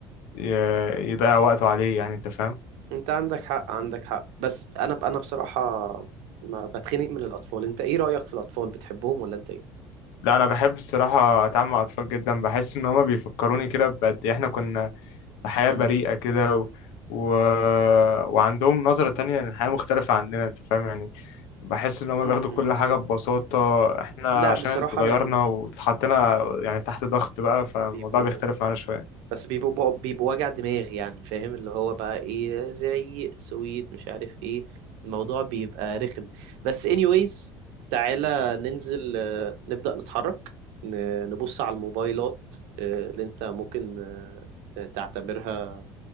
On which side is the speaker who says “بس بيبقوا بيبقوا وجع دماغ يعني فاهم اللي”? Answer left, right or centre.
Right